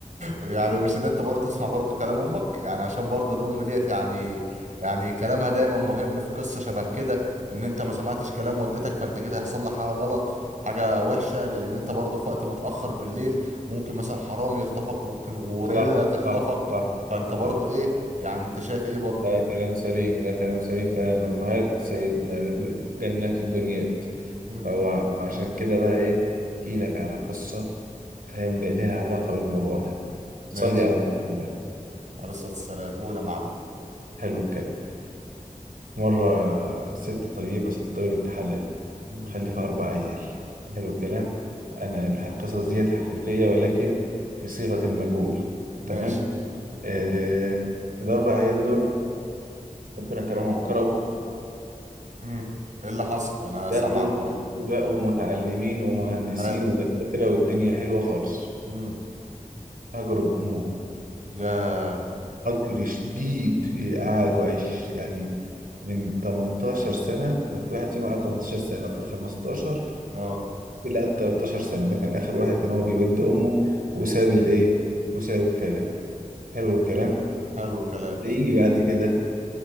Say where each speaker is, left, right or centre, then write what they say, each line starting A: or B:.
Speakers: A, on the right (about 60°); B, on the right (about 85°).
A: يعني مش اللي انت برضه تسمع برضه كلام امك يعني عشان برضه الام ديت يعني يعني كلامها دايما مهم في قصة شبه كده ان انت ما سمعتش كلام والدتك فانت كده هيحصل لك حاجة غلط حاجة وحشة لان انت برضه في وقت متأخر بالليل ممكن مثلا حرامي يخطفك ممكن غوريلا
B: صح
A: تخطفك
B: صح صح
A: فانت برضه
B: صح
A: ايه يعني انت شايف ايه برضه
B: اه كلام سليم يا كلام سليم فعلا الأمهات سيدنا جنات الدنيات
A: امم
B: هو وعشان كده بقى إيه أحكي لك على قصة فاهم بقى لها علاقة بالموضوع ده صلي
A: ماشي
B: على رسول الله
A: عليه الصلاة والسلام قول يا معلم
B: حلو الكلام في مرة ست طيبة ست طيبة حلال
A: امم
B: مخلفة أربع عيال
A: امم
B: حلو الكلام أنا الح- القصص ديت حقيقية ولكن في صيغة المجهول تمام
A: ماشي
B: آه الأربع عيال دول ربنا كرمهم وكرمه
A: امم ايه اللي حصل انا
B: بقوا
A: سامعك اهو
B: بقوا متعلمين ومهندسين
A: حلو
B: ودكاترة والدنيا حلوة خالص
A: امم
B: هجروا بأمهم
A: يا
B: هجر شديد قعدوا عش يعني من 18 سنة في واحد فيهم قعد 18 سنة وفي 15
A: اه
B: في اللي قعد 13 سنة ده كان آخر واحد إن هو بيود أمه وساب الإيه وساب الكلام حلو الكلام
A: حلو الكلام
B: هيجي بعد كده